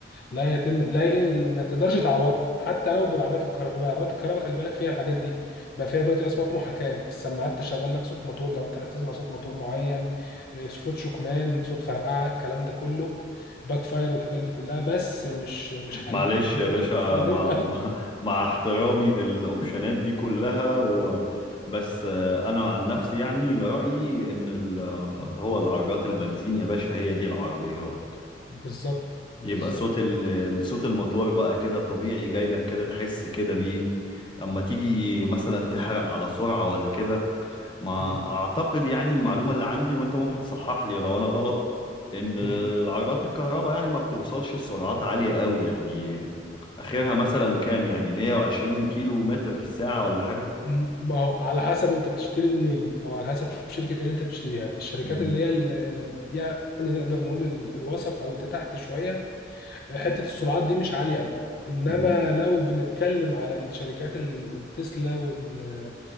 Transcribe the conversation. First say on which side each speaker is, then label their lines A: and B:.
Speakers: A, on the left (about 55°); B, on the left (about 25°).
A: لا يتم لا ي... ما تقدرش تعوضه حتى لو بالعربيات الكهرباء العربيات الكهرباء خلي بالك فيها الحاجات دي بقى فيها دلوقتي اصوات محاكاه السماعات تشغل لك صوت موتور لو انت عايز تسمع صوت موتور معين آه، صوت شكمان صوت فرقعه الكلام ده كله باك فاير والحاجات دي كلها بس مش مش حقيقي
B: معلش
A: انت
B: يا باشا
A: مش هتحس بكده
B: مع مع, مع احترامي للاوبشنات دي كلها و... بس آه، انا عن نفسي يعني رأيي ان ال- آه، اللي هو العربيات البنزين يا باشا هي دي العربيات
A: <laughs> بالظبط بالظبط
B: يبقى صوت ال... صوت الموتور بقى كده طبيعي جاي لك كده تحس كده بيه اما تيجي مثلا تحرق على سرعة ولا كده ما
A: مم.
B: اعتقد يعني المعلومة اللي عندي وانت ممكن تصحح لي لو انا غلط ان
A: مم.
B: العربيات الكهرباء يعني ما بتوصلش لسرعات عالية قوي يعني اخرها مثلا كام يعني 120 كيلو متر في الساعة ولا حاجة
A: م- ما هو على حسب انت بتشتري منين او على حسب شركه ايه اللي انت بتشتريها الشركات
B: مم.
A: اللي هي ال- يعني نقدر نقول ال- الوسط او اللي تحت شويه حته السرعات دي مش عاليه قوي انما
B: مم.
A: لو بنتكلم على الشركات التسلا وال